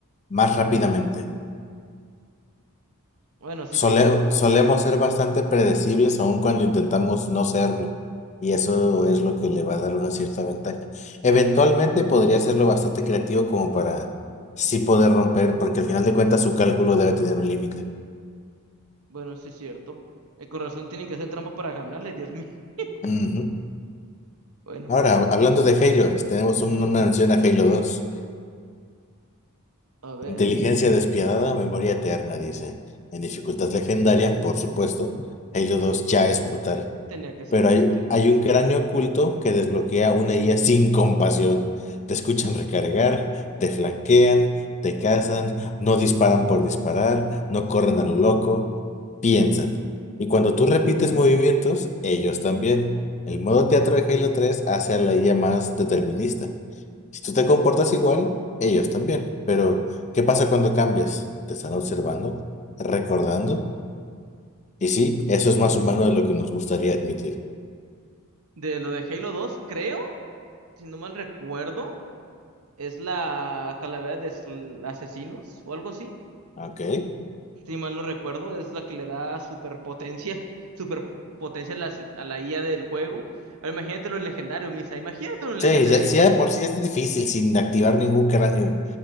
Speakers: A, on the left; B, on the right.
A: más rápidamente.
B: Bueno, sí
A: Sole-
B: es cierto.
A: solemos ser bastante predecibles aun cuando intentamos no serlo, y eso es lo que le va a dar una cierta ventaja. Eventualmente podría hacerlo bastante creativo como para sí poder romper, porque al final de cuentas su cálculo debe tener un límite.
B: Bueno, sí es cierto. El corazón tiene que hacer trampa para ganarle, Dios mío. <laughs>
A: Ujú.
B: Bueno,
A: Ahora, hab- hablando de Halo, tenemos
B: ujú.
A: una mención a Halo dos
B: A ver,
A: Inteligencia despiadada, memoria eterna, dice. En dificultad legendaria, por supuesto, Halo 2 ya es brutal.
B: tenía que ser
A: pero
B: definitivamente.
A: hay, hay un cráneo oculto que desbloquea una IA sin compasión. Te escuchan recargar, te flanquean, te cazan, no disparan por disparar, no corren a lo loco, piensan. Y cuando tú repites movimientos, ellos también. El modo teatro de Halo 3 hace a la IA más determinista. Si tú te comportas igual, ellos también. Pero, ¿qué pasa cuando cambias? ¿Te están observando? ¿Recordando? Y sí, eso es más humano de lo que nos gustaría admitir.
B: De lo de Halo dos creo, si no mal recuerdo. Es la calavera de Sl- asesinos o algo así.
A: ¿Ok?
B: Si mal no recuerdo, es la que le da superpotencia, <laughs> superpotencia a la, si-, a la IA del juego. Ahora imagínatelo en legendario, Misa. Imagínatelo en legendario.
A: Sí, ya, sí, ya de por sí es difícil sin activar ningún cráneo.